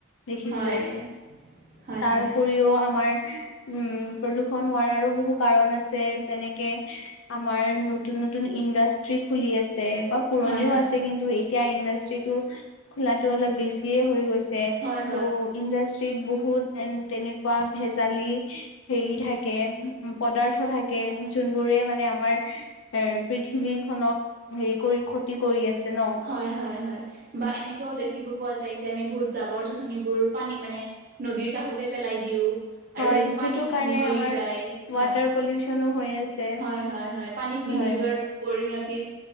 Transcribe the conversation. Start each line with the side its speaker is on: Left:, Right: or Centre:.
Left: দেখিছোঁ
Right: হয় হয় হয়
Left: তাৰ
Right: হয়
Left: উপৰিও আমাৰ উম, প্ৰদূষণ হোৱাৰ আৰু বহু কাৰণ আছে যেনেকে আমাৰ নতুন নতুন ইণ্ডাষ্ট্ৰি খুলি আছে বা পুৰণিও
Right: হয় হয়
Left: আছে কিন্তু এই এতিয়া ইণ্ডাষ্ট্ৰিটো খোলো অলপ বেছিয়ে হৈ গৈছে
Right: হয় হয়
Left: ত' ইণ্ডাছ ট্ৰিত বহুত এ, তেনেকুৱা ভেজালি হেৰি থাকে উ, পদাৰ্থ থাকে যোনবোৰে মানে আ আমাৰ এ, পৃথিৱীখনক হেৰি কৰি ক্ষতি কৰি আছে ন'।
Right: হয় হয় হয়। বা এনেকুৱাও দেখিব পোৱা যায় যে আমি বহুত জাবৰ যোঁথনিবোৰ পানীত মানে নদীৰ কাষতে পেলাই দিওঁ।
Left: হয়
Right: আৰু সেইটো পানীত
Left: কাৰণে
Right: মিহলি
Left: আমাৰ
Right: যায়। হয়।
Left: ৱাটাৰ পলিউচনো হৈ আছে
Right: হয় হয় হয়। পানীত মিহলি
Left: হয়
Right: যোৱাৰ পৰিণতিত